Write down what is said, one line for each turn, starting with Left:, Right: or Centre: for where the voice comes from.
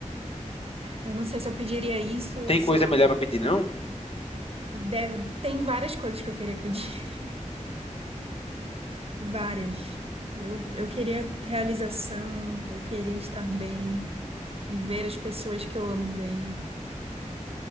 Right: Eu não sei se eu pediria isso ou
Left: Tem coisa
Right: se eu.
Left: melhor para pedir, não?
Right: Deve... Tem várias coisas que eu queria pedir. <laughs> Várias. Eu, eu queria realização, eu queria estar bem e ver as pessoas que eu amo bem.